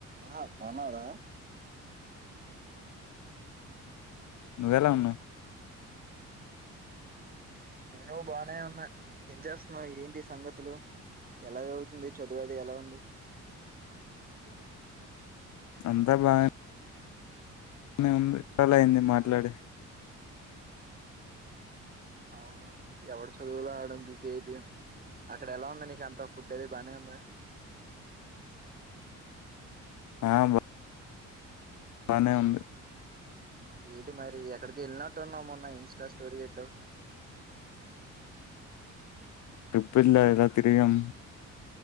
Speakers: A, on the right (about 30°); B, on the left (about 70°).
A: ఆ బాగున్నావా రా
B: నువ్వెలా ఉన్నావ్
A: నేను బాగానే ఉన్నా ఏం చేస్తున్నావు ఏంటి సంగతి తులు ఎలాగ అవుతుంది చదువు అది ఎలా ఉంది
B: అంతా బానే ఉంది చాలా అయింది మాట్లాడి
A: అవును ఎవడు చదువులో ఆడు బిజీ అయిపోయం అక్కడ ఎలా ఉంది నీక అంత ఫుడ్ అది బానే ఉందా
B: ఆ బా బానే ఉంది
A: ఏంటి మరి ఎక్కడికో వెళ్ళినట్టున్నావ్ మొన్న ఇన్స్టా స్టోరీ పెట్టావ్
B: ట్రిప్పు వేసిన కదా తిరిగినాం